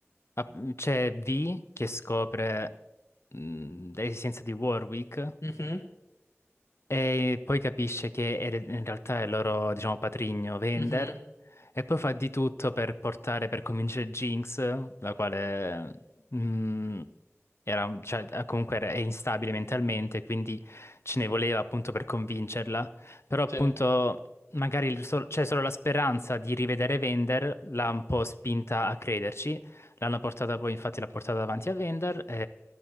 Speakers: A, on the left; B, on the left.
A: ah, c'è V che scopre mm, l'esistenza di Warwick
B: Mhm,
A: e poi capisce che è- in realtà è il loro, diciamo, patrigno Vender.
B: mhm,
A: E poi fa di tutto per portare, per convincere Jinx, la quale mm, era, cioè, eh, comunque era- è instabile mentalmente, quindi ce ne voleva appunto per convincerla. Però appunto
B: Sì,
A: magari il sol- c'è solo la speranza di rivedere Vender, l'ha un po' spinta a crederci. L'hanno portata poi, infatti l'ha portata davanti a Vender.